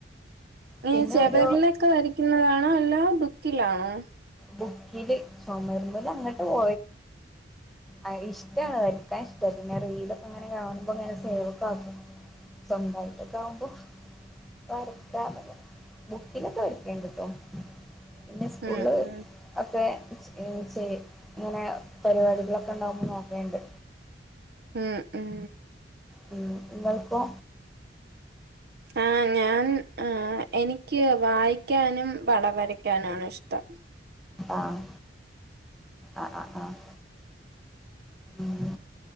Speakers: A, on the right; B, in the centre.
A: മ്
B: പിന്നെ
A: ഈ ചോവരിലൊക്കെ
B: ഒരു
A: വരക്കുന്നതാണോ? അല്ല ബുക്കിലാണോ?
B: ബുക്കില് ചൊമരിലൊന്നും അങ്ങനത്തെ <unintelligible> ആ ഇഷ്ടാണ് വരക്കാൻ ഇഷ്ട പിന്നെ റീലൊക്കെ അങ്ങനെ കാണുമ്പോ അങ്ങനെ സേവൊക്കെ ആക്കും. സ്വന്തായിട്ടൊക്കെ ആവുമ്പോ. വരക്കാനൊക്കെ ബുക്കിലൊക്കെ വരക്ക്ണ്ട്ട്ടോ. പിന്നെ സ്കൂള്ല്
A: ഉം ഉം
B: ഒക്കെ <unintelligible> ഇങ്ങനെ പരിപാടികളൊ ക്കെ ഇണ്ടാവുമ്പ നോക്കേണ്ട്.
A: മ് മ്
B: മ് നിങ്ങക്കോ?
A: ആഹ് ഞാൻ ആഹ് എനിക്ക് വായിക്കാനും പടം വരയ്ക്കാനും ആണ് ഇഷ്ടം.
B: ആഹ് അ ആഹ് ആഹ് മ്